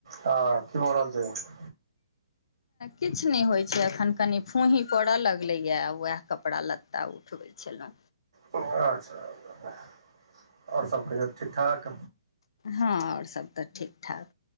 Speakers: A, on the right (about 75°); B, on the left (about 70°).
A: हँ की भऽ रहल छै
B: किछ नै होइ छै अखन कनी फूंही पड़य लगलैया उएह कपड़ा-लत्ता उठबै छेलैं
A: अच्छा <inaudible> और सब कहियौ ठीक-ठाक
B: हँ और सब तऽ ठीक-ठाक